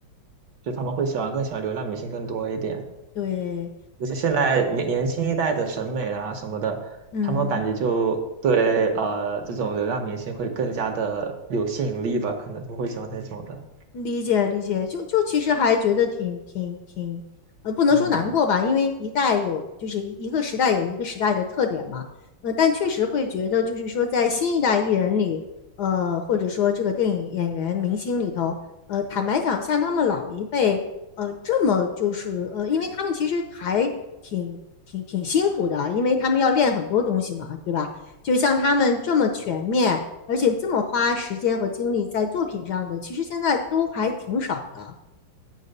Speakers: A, on the right; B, on the left.
A: 就他们会喜欢更喜欢流量明星更多一点，
B: 对，
A: 就是现在年年轻一代的审美啦什么的，
B: 嗯。
A: 他们感觉就对呃这种流量明星会更加的有吸引力吧，可能都会喜欢那种的。
B: 理解理解，就就其实还觉得挺挺挺，呃，不能说难过吧，
A: 嗯。
B: 因为一代有就是一一个时代有一个时代的特点嘛，呃，但确实会觉得就是说在新一代艺人里，呃，或者说这个电影演员明星里头，呃，坦白讲，像他们老一辈，呃，这么就是呃，因为他们其实还挺挺挺辛苦的，因为他们要练很多东西嘛，对吧？就像他们这么全面。而且这么花时间和精力在作品上的，其实现在都还挺少的。